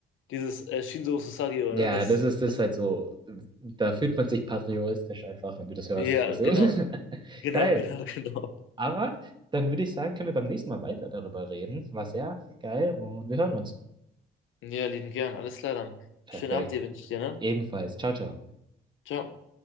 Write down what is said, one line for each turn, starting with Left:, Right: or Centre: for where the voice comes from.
Left: dieses äh, Shinzo Susagio,
Right: ja,
Left: ne? Das,
Right: das ist das
Left: das,
Right: ist halt so. Da fühlt man sich patriotisch einfach, wenn du das hörst.
Left: ja,
Right: Weißt du?
Left: genau,
Right: <laughs>
Left: <laughs> genau,
Right: Geil.
Left: genau, genau.
Right: Aber dann würde ich sagen, können wir beim nächsten Mal weiter darüber reden. War sehr geil und wir hören uns.
Left: Ja, lieben gern. Alles klar dann.
Right: Perfekt.
Left: Schönen Abend dir wünsche ich dir, ne?
Right: Ebenfalls. Ciao, ciao.
Left: Ciao.